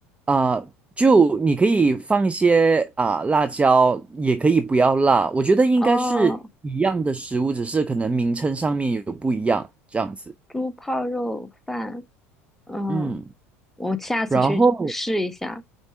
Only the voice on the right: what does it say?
啊、就你可以放一些啊、辣椒，也可以不要辣。我觉得应该是一样的食物，
只是可能名称上面有不一样这样子。
嗯，
然后